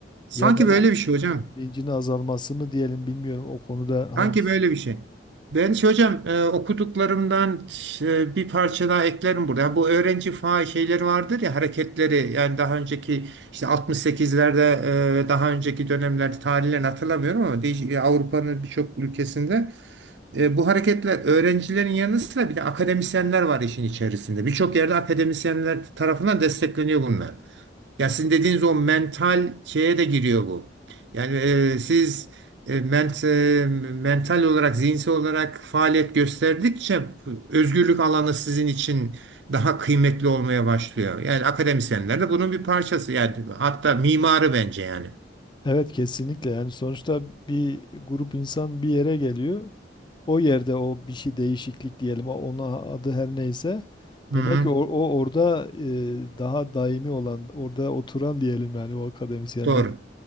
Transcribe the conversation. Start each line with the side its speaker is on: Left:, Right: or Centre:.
Right: Sanki
Left: ya da
Right: böyle
Left: o
Right: bir şey hocam.
Left: bilincin azalması mı diyelim bilmiyorum o konuda
Right: Sanki
Left: hangisi.
Right: böyle bir şey. Ben şey hocam e, okuduklarımdan e, bir parça daha eklerim burada. Yani bu öğrenci faal şeyleri vardır ya hareketleri yani daha önceki işte 68'lerde e, ve daha önceki dönemlerde tarihlerini hatırlamıyorum ama değiş- e, Avrupa'nın birçok ülkesinde e, bu hareketler öğrencilerin yanı sıra bir de akademisyenler var işin içerisinde. Birçok yerde akademisyenler tarafından destekleniyor bunlar. Ya sizin dediğiniz o mental şeye de giriyor bu. Yani e, siz e, ment, e, mental olarak, zihinsel olarak faaliyet gösterdikçe özgürlük alanı sizin için daha kıymetli olmaya başlıyor. Yani akademisyenler de bunun bir parçası. Yani hatta mimarı bence yani.
Left: Evet kesinlikle yani sonuçta bir grup insan bir yere geliyor. O yerde o bir şey değişiklik diyelim o- ona adı her neyse.
Right: Hı
Left: Demek
Right: hı,
Left: ki o, o orada e, daha daimi olan orada oturan diyelim yani o akademisyenler.
Right: doğru.